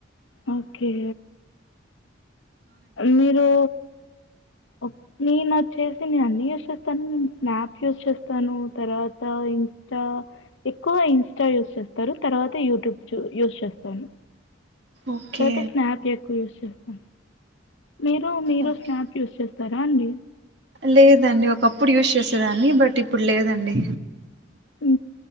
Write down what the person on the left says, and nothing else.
ఓకే మీరు ఒక్ నేను వచ్చేసి నేను అన్ని యూస్ చేస్తాను. నేను స్నాప్ యూస్ చేస్తాను. తర్వాత ఇంస్టా ఎక్కువ ఇంస్టా యూస్ చేస్తారు. తర్వాత యూట్యూబ్ చు యూస్ చేస్తాను.
తరత స్నాప్ ఎక్కువ యూ చెప్పు మీరు మీరు
స్నాప్ యూస్ చేస్త్ స్తార అండి
హు